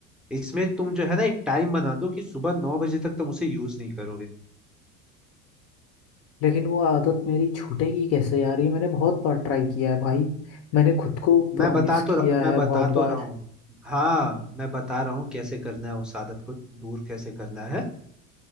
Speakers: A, in the centre; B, on the left.
A: इसमें तुम जो है ना एक टाइम बना दो कि सुबह नौ बजे तक तुम उसे यूज नहीं करोगे
B: लेकिन वो आदत मेरी छूटेगी कैसे यार ये मैंने बहुत बार ट्राई किया है भाई मैंने खुद को प्रॉमिस
A: मैं बता तो
B: किया
A: रह- मैं
B: है
A: बता
B: बहुत
A: तो
B: बार
A: रहा हूँ हाँ मैं बता रहा हूँ कैसे करना है उस आदत को दूर कैसे करना है